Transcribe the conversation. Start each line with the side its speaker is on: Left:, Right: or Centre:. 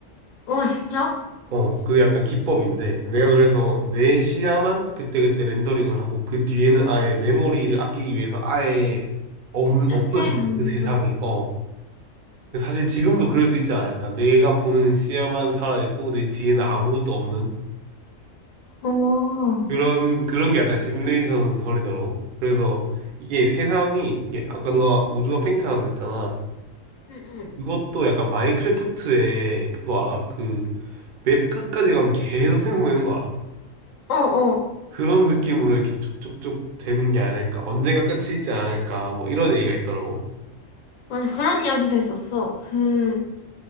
Left: 어, 진짜?
Right: 어 그게 약간 기법인데 내가 그래서 내 시야만 그때그때 렌더링을 하고 그 뒤에는 아예 메모리를 아끼기 위해서 아예 없, 없어진대
Left: 삭제를 하는거
Right: 그 세상이 어 근데 사실 지금도 그럴 수 있지 않을까 내가 보는 시야만 살아있고 내 뒤에는 아무것도 없는
Left: 어,
Right: 그런, 그런 게 약간 시뮬레이션 설이더라고. 그래서 이게 세상이, 이게 아까 너가 우주가 팽창한다 했잖아.
Left: 응, 응.
Right: 그것도 약간 마인크래프트의 그거 알아? 그 맵 끝까지 가면 계속 생성되는 거 알아?
Left: 어, 어.
Right: 그런 느낌으로 이렇게 쭉쭉쭉 되는 게 아닐까. 언젠가 끝이지 않을까. 뭐 이런 얘기가 있더라고.
Left: 맞아, 그런 이야기도 있었어. 그,